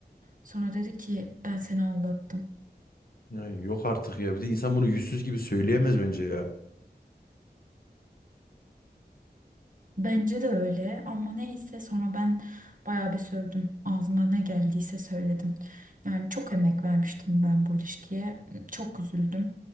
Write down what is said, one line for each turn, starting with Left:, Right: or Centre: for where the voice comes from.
Right: Sonra dedi ki ben seni aldattım.
Left: Ya, yok artık ya. Bir de insan bunu yüzsüz gibi söyleyemez bence ya.
Right: Bence de öyle ama neyse sonra ben bayağı bir sövdüm. Ağzıma ne geldiyse söyledim. Yani çok emek vermiştim ben bu ilişkiye. Çok üzüldüm.